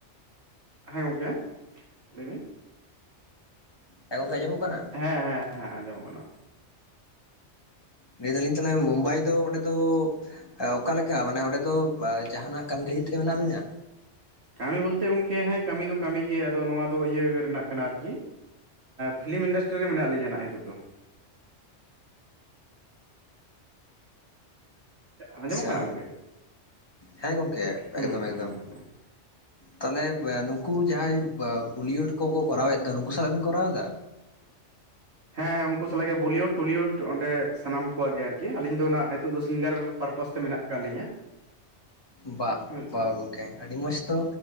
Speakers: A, on the right (about 60°); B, on the left (about 20°).
A: ᱦᱮᱸ ᱜᱚᱢᱠᱮ ᱞᱟᱹᱭ ᱵᱤᱱ᱾
B: ᱦᱮᱸ ᱜᱚᱝᱠᱮ ᱟᱸᱡᱚᱢᱚᱜ ᱠᱟᱱᱟ
A: ᱦᱮᱸ ᱦᱮᱸ ᱦᱮᱸ ᱟᱸᱡᱚᱢᱚᱜ ᱠᱟᱱᱟ᱾
B: ᱞᱟᱹᱭ ᱫᱟᱞᱤᱧ ᱛᱟᱦᱚᱞᱮ ᱢᱩᱢᱵᱟᱭ ᱫᱚ ᱚᱸᱰᱮ ᱫᱚ ᱚᱠᱟᱞᱮᱠᱟ ᱢᱟᱱᱮ ᱚᱸᱰᱮ ᱫᱚ ᱡᱟᱦᱟᱱᱟᱜ ᱠᱟᱹᱢᱤ ᱠᱷᱟᱹᱦᱤᱡ ᱛᱮᱜᱮ ᱢᱮᱱᱟᱜ ᱵᱤᱱᱟ
A: ᱠᱟᱹᱢᱤ ᱵᱚᱞᱛᱮ ᱜᱚᱝᱠᱮ ᱦᱮᱸ ᱠᱟᱹᱢᱤ ᱫᱚ ᱠᱟᱹᱢᱤ ᱜᱮ ᱟᱫᱚ ᱱᱚᱣᱟ ᱫᱚ ᱤᱭᱟᱹ ᱨᱮᱱᱟᱜ ᱠᱟᱱᱟ ᱟᱨᱠᱤ ᱯᱷᱞᱤᱢ ᱤᱱᱰᱟᱥᱴᱨᱤ ᱨᱮ ᱢᱮᱱᱟᱜ ᱞᱤᱧᱟᱦᱟᱜ ᱱᱤᱛᱳᱜ ᱫᱚ᱾ ᱟᱸᱡᱚᱢᱚᱜ
B: ᱟᱪᱪᱷᱟ
A: ᱠᱟᱱᱟ ᱜᱚᱝᱠᱮ
B: ᱦᱮᱸ ᱜᱚᱢᱠᱮ
A: ᱦᱩᱸ
B: ᱮᱠᱫᱚᱢ
A: ᱦᱩᱸ
B: ᱮᱠᱫᱚᱢ
A: ᱦᱩᱸ
B: ᱛᱟᱦᱚᱞᱮ ᱱᱩᱠᱩ ᱡᱟᱦᱟᱸᱭ ᱵᱚᱞᱤᱭᱩᱰ ᱠᱚᱠᱚ ᱠᱚᱨᱟᱣ ᱮᱫ ᱫᱚ ᱱᱩᱠᱩ ᱥᱟᱞᱟᱜ ᱵᱤᱱ ᱠᱚᱨᱟᱣ ᱫᱟ?
A: ᱦᱮᱸ ᱦᱮᱸ ᱩᱱᱠᱩ ᱥᱟᱞᱟᱜ ᱜᱮ ᱵᱚᱞᱤᱣᱩᱰ ᱴᱚᱞᱤᱣᱩᱰ ᱚᱸᱰᱮ ᱥᱟᱱᱟᱢ ᱠᱚᱣᱟᱜ ᱜᱮ ᱟᱨᱠᱤ ᱟᱹᱞᱤᱧ ᱫᱚ ᱚᱱᱟ ᱱᱤᱛᱚᱜ ᱫᱚ ᱥᱤᱝᱜᱟᱨ ᱯᱟᱨᱯᱟᱥ ᱛᱮ ᱢᱮᱱᱟᱜ ᱠᱟᱫ ᱞᱤᱧᱟᱹ
B: ᱵᱟ
A: ᱟᱪᱪᱷᱟ
B: ᱵᱟ ᱜᱚᱝᱠᱮ ᱟᱹᱰᱤ ᱢᱚᱸᱡᱽ ᱛᱚ